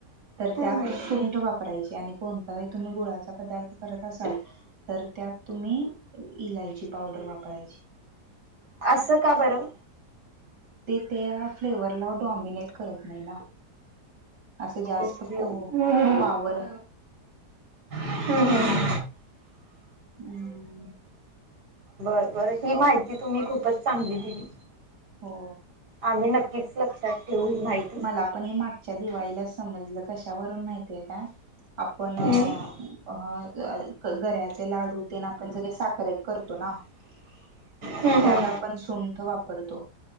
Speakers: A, on the right; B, on the right.
A: तर
B: हम्म
A: त्यात
B: हम्म
A: सुंठ वापरायची आणि कोणताही तुम्ही गुळाचा पदार्थ करत असाल तर त्या त तुम्ही इलायची पावडर वापरायची.
B: असं का बरं?
A: ते त्या फ्लेवरला डॉमिनेट करत नाही ना. असं जास्त
B: ओके
A: हो
B: ओके
A: पावर
B: हम्म हम्म.
A: हम्म.
B: बर बर ही माहिती तुम्ही खूपच चांगली दिली.
A: हो
B: आम्ही नक्कीच लक्षात ठेवू ही माहिती.
A: मला पण हे मागच्या दिवाळीला समजलं कशावरून माहितीय काय आपण अ
B: हम्म
A: गऱ्याचे लाडू ते ना आपण सगळे साखरेत करतो ना.
B: हम्म
A: त्यात
B: हम्म
A: आपण सुंठ वापरतो.